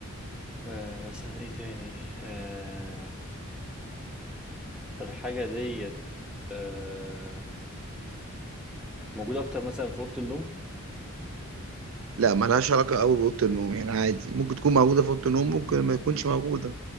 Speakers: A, in the centre; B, on the right.
A: آه مثلا ايه تاني آه الحاجه ديت آه موجوده اكتر مثلا في اوضه النوم
B: لا ملهاش علاقه قوي باوضه النوم يعني عادي ممكن تكون موجوده في اوضه النوم ممكن ما تكونش موجوده